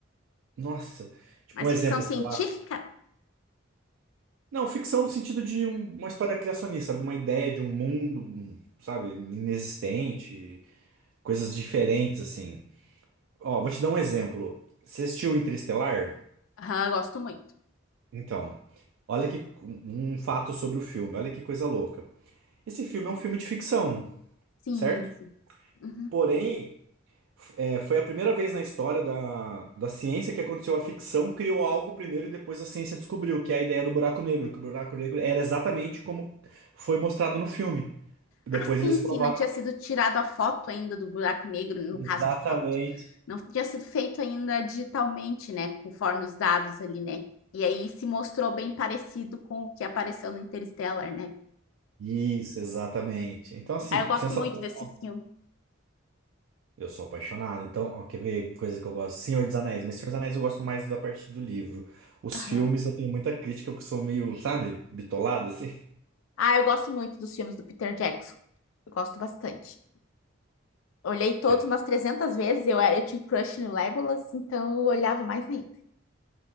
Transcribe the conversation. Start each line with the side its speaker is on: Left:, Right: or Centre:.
Right: Nossa. Tipo,
Left: Mas
Right: um exemplo,
Left: ficção científica?
Right: sei lá. Não, ficção no sentido de um- uma história criacionista, sabe? De uma ideia de um mundo, um, sabe, inexistente, coisas diferentes, assim. Ó, vou te dar um exemplo. Você assistiu Interestelar?
Left: Aham, gosto muito.
Right: Então, olha que um um fato sobre o filme, olha que coisa louca. Esse filme é um filme de ficção,
Left: Sim,
Right: certo?
Left: sim. Uhum.
Right: Porém, f- é, foi a primeira vez na história da, da ciência que aconteceu a ficção, criou algo primeiro e depois a ciência descobriu, que é a ideia do buraco negro, que o buraco negro era exatamente como foi mostrado no filme. Depois
Left: Ah, sim,
Right: eles provaram
Left: sim, não tinha sido tirado a foto ainda do buraco negro, no
Right: exatamente.
Left: caso, a foto. Não tinha sido feito ainda digitalmente, né? Conforme os dados ali, né? E aí se mostrou bem parecido com o que apareceu no Interstellar, né?
Right: Isso, exatamente. Então, assim,
Left: Ah, eu gosto
Right: sensacional.
Left: muito desse filme.
Right: Eu sou apaixonado. Então, ó, quer ver coisa que eu gosto? Senhor dos Anéis, mas Senhor dos Anéis eu gosto mais da parte do livro. Os
Left: Aham.
Right: filmes eu tenho muita crítica, porque eu sou meio, sabe, bitolado, assim.
Left: Ah, eu gosto muito dos filmes do Peter Jackson. Eu gosto bastante. Olhei todos
Right: <laughs> Pera-
Left: umas 300 vezes. Eu, era- eu tinha um crush no Legolas, então eu olhava mais ainda.